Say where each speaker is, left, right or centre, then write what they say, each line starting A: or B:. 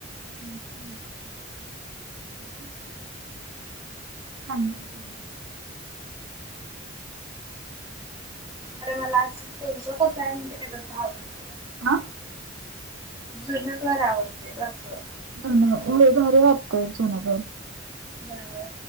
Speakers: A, on the right (about 85°); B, on the right (about 15°).
A: हम्् <unintelligible> थांबला होता.
B: खर मला आज अस तुमच कस हाय ते तसं आवडत.
A: हा.
B: जुनं घर आवडतय ग आसं.
A: जुन होय भारी वाटतय जुन घर.
B: बर